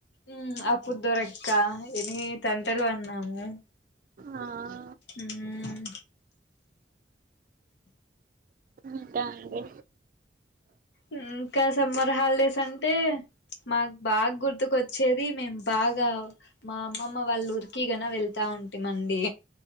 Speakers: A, on the left (about 75°); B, on the right (about 50°).
A: ఉమ్ అప్పుడు దొరక్క ఎన్నీ తంటలు పడినాము.
B: ఆ.
A: ఉమ్.
B: ఉంటా అండి.
A: ఉమ్కా సమ్మర్ హాలిడేసంటే మాకు బాగా గుర్తుకొచ్చేది మేమ్. బాగా మా అమ్మమ్మ వాళ్ళు ఊరికిగన వెళ్తా ఉంటిమండి.